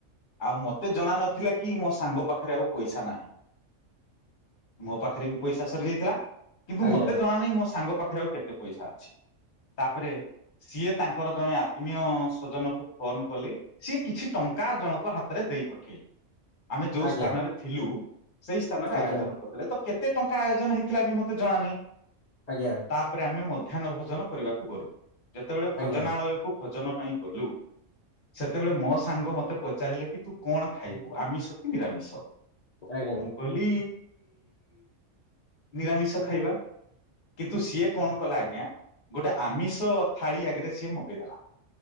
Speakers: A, on the left (about 45°); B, on the left (about 65°).
A: ଆଉ ମତେ ଜଣା ନଥିଲା କି ମୋ ସାଙ୍ଗ ପାଖରେ ଆଉ ପଇସା ନାହିଁ। ମୋ ପାଖରେ ବି ପଇସା ସରି ଯାଇଥିଲା କିନ୍ତୁ
B: ଆଜ୍ଞା
A: ମତେ ଜଣା ନାହିଁ ମୋ ସାଙ୍ଗ ପାଖରେ ଆଉ କେତେ କେତେ ପଇସା ଅଛି। ତାପରେ ସିଏ ତାଙ୍କର ଜଣେ ଆତ୍ମୀୟ ସଜନ ଫୋନ କଲି ସିଏ କିଛି ଟଙ୍କା ଜଣଙ୍କ ହାତରେ ଦେଇ ପଠେଇଲେ ଆମେ ଯୋଉ
B: ଆଜ୍ଞା
A: ସ୍ଥାନରେ ଥିଲୁ। ସେଇ ସ୍ଥାନରେ
B: ଆଜ୍ଞା
A: ଆୟୋଜନ କରିଦେଲେ ତ କେତେ ଟଙ୍କା ଆୟୋଜନ ହେଇଥିଲା ବି ମତେ ଜଣା ନାହିଁ।
B: ଆଜ୍ଞା।
A: ତାପରେ ଆମେ ମଧ୍ୟାହ୍ନ ଭୋଜନ କରିବାକୁ ଗଲୁ। ଯେତେବେଳେ ଭଜନାଳୟକୁ
B: ଆଜ୍ଞା
A: ଭୋଜନ ପାଇଁ ଗଲୁ ସେତେବେଳେ ମୋ ସାଙ୍ଗ ମତେ ପଚାରିଲେ କି ତୁ କଣ ଖାଇବୁ ଆମିଷ କି ନିରାମିଷ
B: ଆଜ୍ଞା।
A: ମୁଁ କହିଲି ନିରାମିଷ ଖାଇବା। କିନ୍ତୁ ସିଏ କଣ କଲା ଆଜ୍ଞା ଗୋଟେ ଆମିଷ ଥାଳି ଆଗରେ ସିଏ ମଗେଇଦେଲା